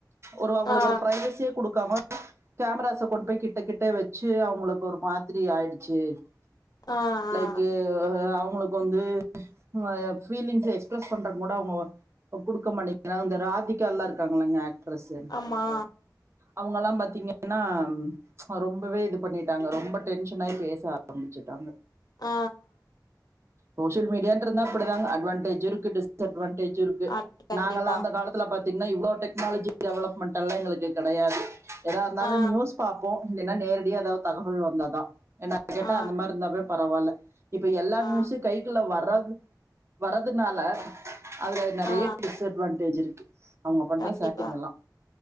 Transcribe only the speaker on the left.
ஆ
ஆ ஆ
ஆமா
ஆ
ஆ ஆ கண்டிப்பா
ஆ
ஆ
ஆ
ஆ
கண்டிப்பா